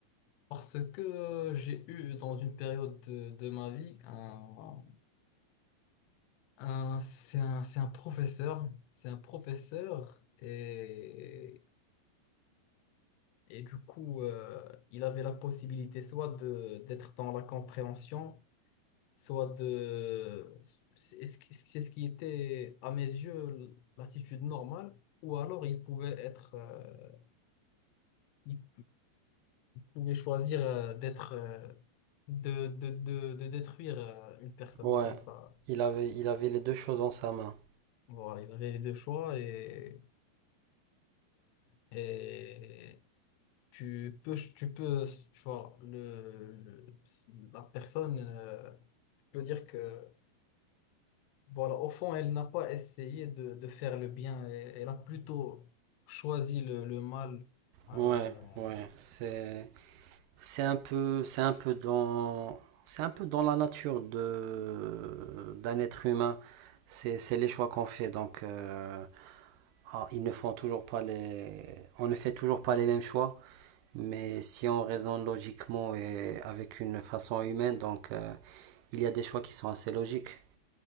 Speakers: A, on the left (about 85°); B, on the right (about 80°).
A: Parce que j'ai eu dans une période de, de ma vie un, un- c'est un, c'est un professeur. C'est un professeur et Et du coup, euh, il avait la possibilité soit de d'être dans la compréhension, soit de... C'est ce qui c'est ce qui était, à mes yeux, l'attitude normale, ou alors il pouvait être... euh, il pouvait choisir euh, d'être... euh, de, de, de, de détruire euh, une personne
B: Ouais,
A: comme ça.
B: il avait, il avait les deux choses en sa main.
A: Voilà, il avait les deux choix et, et tu peux, tu peux, tu vois, le, le- la personne, euh, tu peux dire que Voilà, au fond, elle n'a pas essayé de, de faire le bien, et- elle a plutôt choisi le, le mal. Euh,
B: Ouais, ouais, c'est... C'est un peu, c'est un peu dans, c'est un peu dans la nature de, d'un être humain. C'est, c'est les choix qu'on fait. Donc, euh, ah, ils ne font toujours pas les, on ne fait toujours pas les mêmes choix. Mais si on raisonne logiquement et avec une façon humaine, donc euh, il y a des choix qui sont assez logiques.